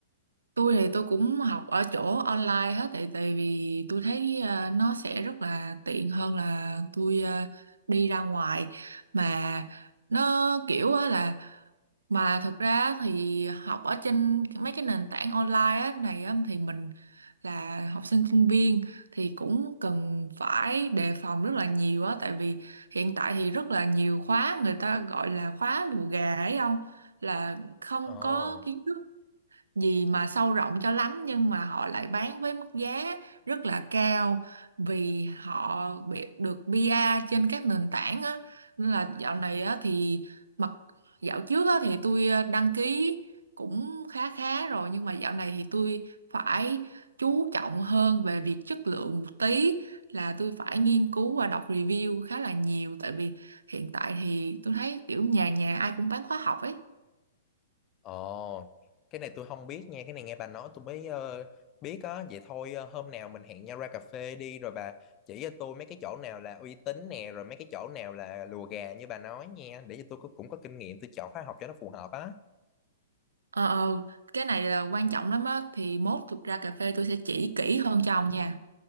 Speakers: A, on the right; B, on the left.
A: tôi thì tôi cũng học ở chỗ online hết tại tại vì tôi thấy ờ, nó sẽ rất là tiện hơn là tôi ờ, đi ra ngoài mà nó kiểu á là mà thực ra thì học ở trên mấy cái nền tảng online á này á thì mình là học sinh sinh viên thì cũng cần phải đề phòng rất là nhiều á tại vì hiện tại thì rất là nhiều khóa người ta gọi là khóa lùa gà ấy không là không
B: Ồ,
A: có kiến thức gì mà sâu rộng cho lắm nhưng mà họ lại bán với mức giá rất là cao vì họ bị được PR trên các nền tảng á nên là dạo này á thì mặc dạo trước á thì tôi ờ, đăng ký cũng khá khá rồi nhưng mà dạo này thì tôi phải chú trọng hơn về việc chất lượng một tí là tôi phải nghiên cứu và đọc review khá là nhiều tại vì hiện tại thì tôi thấy kiểu nhà nhà ai cũng bán khóa học ấy
B: ồ, cái này tôi không biết nha, cái này nghe bà nói tôi mới ờ, biết á, vậy thôi ờ, hôm nào mình hẹn nhau ra cà phê đi rồi bà chỉ cho tôi mấy cái chỗ nào là uy tín nè, rồi mấy cái chỗ nào là lùa gà như bà nói nha, để cho tôi có- cũng có kinh nghiệm tôi chọn khóa học cho nó phù hợp á.
A: Ờ, ờ, cái này là quan trọng lắm á thì mốt thực ra cà phê tôi sẽ chỉ kỹ hơn cho ông nha.